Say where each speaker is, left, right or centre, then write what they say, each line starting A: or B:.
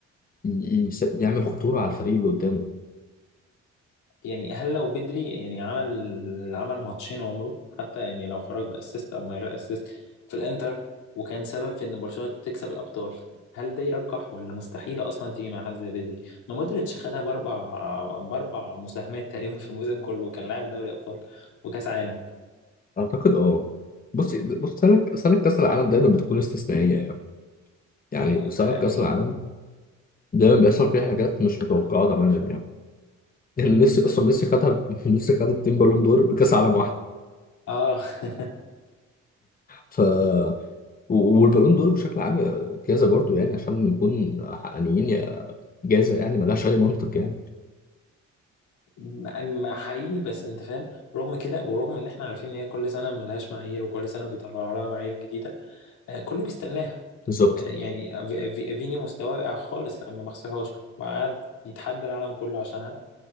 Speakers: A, on the left; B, on the left.
A: ي- يعمل خطوره على الفريق اللي قدامه
B: يعني هل لو بدري يعني عمل عمل ماتشين عمره حتى يعني لو خرج باسيست او من غير اسيست في الانتر وكان سبب في ان برشلونة تكسب الابطال هل ده يرجح ولا مستحيل اصلا تيجي مع حد زي بدري ما مودريتش خدها باربع باربع مساهمات تقريبا في الموسم كله وكان لاعب دوري ابطال وكاس عالم
A: اعتقد اه بص بص سنه سنه كاس العالم دايما بتكون استثنائيه يعني. يعني
B: مم،
A: سنة
B: حقيقي
A: كأس العالم دايما بيحصل فيها حاجات مش متوقعة تماما يعني يعني ميسي أصلا ميسي خدها <laughs> ميسي خد التيم بالون دور بكأس عالم واحد
B: اه <laughs>
A: ف و- والبالون دور بشكل عام جايزة برضو يعني عشان نكون حقانيين جايزة يعني ملهاش أي منطق يعني
B: ما ما حقيقي بس انت فاهم رغم كده ورغم ان احنا عارفين ان هي كل سنه ملهاش معايير وكل سنه بيطلعوا لها معايير جديده آه، كله بيستناها
A: بالظبط
B: آه، يعني في- في- فيني مستواه وقع خالص لما ما خسرهاش وقعد يتحدى العالم كله عشانها